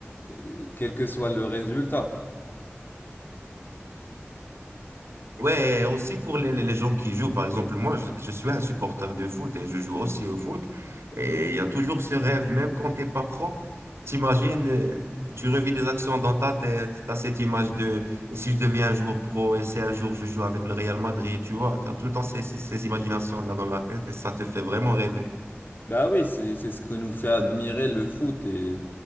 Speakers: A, on the left (about 50°); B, on the right (about 80°).
A: euh, quel que soit le résultat.
B: Ouais, et aussi pour les, les les gens qui jouent. Par exemple, moi, je, je suis un supporter de foot et je joue aussi au foot. Et il y a toujours ce rêve, même quand t'es pas pro, t'imagines, euh, tu revis des actions dans ta tête, t'as cette image de et si je deviens un joueur pro et si un jour je joue avec le Real Madrid, tu vois, t'as tout le temps ces, ces, ces imaginations-là dans la tête et ça te fait vraiment rêver.
A: Bah oui, c'est c'est ce que nous fait admirer le foot et